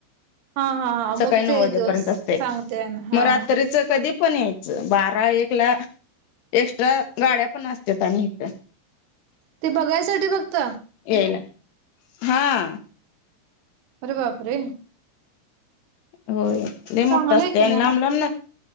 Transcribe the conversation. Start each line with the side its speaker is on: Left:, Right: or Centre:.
Right: हा हा हा
Left: सकाळी
Right: बघते
Left: नऊ वाजेपर्यंत
Right: एक दिवस
Left: असते,
Right: सांगते हा
Left: मग रात्रीच कधी पण यायचं बारा, एक ला एक्स्ट्रा गाड्या पण असत्यात आणि इथ
Right: ते बघायसाठी फक्त?
Left: येयला. हा.
Right: अरे बापरे.
Left: होय, लय मोठ
Right: चांगलंय
Left: असतय
Right: का
Left: आणि
Right: मग
Left: लांब लांब न